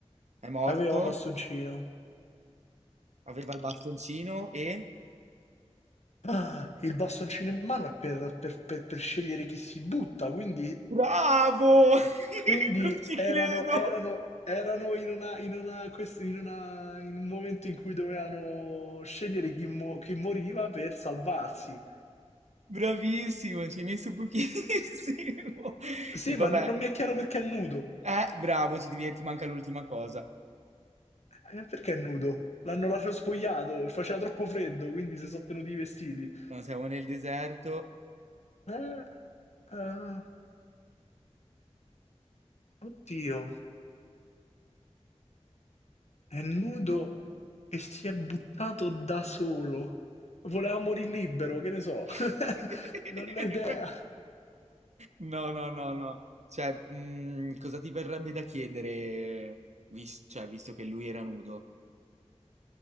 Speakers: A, on the right; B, on the left.
A: è morto,
B: aveva un bastoncino.
A: aveva il bastoncino e...
B: Ah, il bastoncino in mano è per, per- per- per scegliere chi si butta, quindi,
A: Bravo! <laughs>
B: quindi
A: Non ci
B: erano,
A: credo!
B: erano- erano in una, in una- quest- in una- in un momento in cui dovevano scegliere chi, mo- chi moriva per salvarsi.
A: Bravissimo, ci hai messo pochissimo. <laughs>
B: Sì,
A: E vabbè,
B: ma non mi è chiaro perché è nudo.
A: eh, bravo, ci devi, ti manca l'ultima cosa.
B: Eh, perché è nudo? L'hanno lasciato spogliato, faceva troppo freddo, quindi si sono tenuti i vestiti.
A: No, siamo nel deserto.
B: Eh, ah, oddio, è nudo e si è buttato da solo. Voleva morire libero, che ne so.
A: <laughs>
B: <laughs> Non ho idea.
A: No, no, no, no. Cioè, mm, cosa ti verrebbe da chiedere, vis- cioè, visto che lui era nudo?